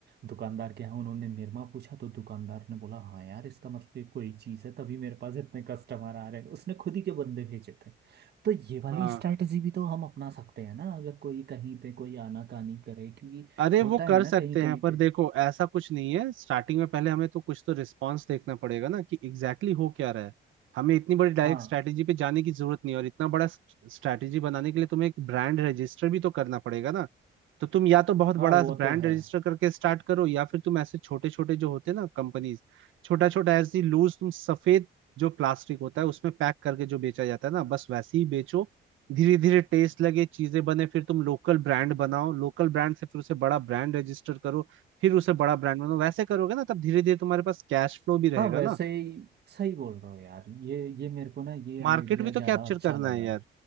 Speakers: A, on the right (about 55°); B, on the right (about 80°).
A: दुकानदार के यहाँ उन्होंने निरमा पूछा तो दुकानदार ने बोला हाँ यार इसका मतलब ये कोई चीज़ है तभी मेरे पास इतने कस्टमर आ रहे हैं उसने खुद ही के बंदे भेजे थे तो ये वाली
B: हाँ
A: स्ट्रैटेजी भी तो हम अपना सकते हैं ना अगर कोई कहीं पे कोई आनाकानी करे क्योंकि
B: अरे वो
A: होता
B: कर
A: है ना
B: सकते
A: कहीं कहीं
B: हैं पर
A: पे
B: देखो ऐसा कुछ नहीं है स्टार्टिंग में पहले हमें तो कुछ तो रिस्पांस देखना पड़ेगा ना कि एग्जैक्टली exactly हो क्या रहा है हमें इतनी बड़ी डायरेक्ट
A: हाँ
B: स्ट्रैटेजी पे जाने की जरूरत नहीं है और इतना बड़ा स्ट्रैटेजी बनाने के लिए तुम्हें एक ब्रांड रजिस्टर भी तो करना पड़ेगा ना तो तुम या तो बहुत
A: हाँ
B: बड़ा
A: वो
B: ब्रांड
A: तो है
B: रजिस्टर करके स्टार्ट करो या फिर तुम ऐसे छोटे छोटे जो होते हैं ना कंपनीज छोटा छोटा ऐसी लूज तुम सफेद जो प्लास्टिक होता है उसमें पैक करके जो बेचा जाता है ना बस वैसे ही बेचो धीरे धीरे टेस्ट लगे चीजें बने फिर तुम लोकल ब्रांड बनाओ लोकल ब्रांड से फिर उसे बड़ा ब्रांड रजिस्टर करो फिर उसे बड़ा ब्रांड बनाओ वैसे करोगे ना तब धीरे धीरे तुम्हारे पास कैश फ्लो भी
A: हाँ
B: रहेगा
A: वैसे
B: ना
A: ही सही बोल रहे हो यार ये ये मेरे को ना ये
B: मार्केट
A: आइडिया
B: भी
A: ज़्यादा
B: तो कैप्चर
A: अच्छा
B: करना
A: लगा
B: है यार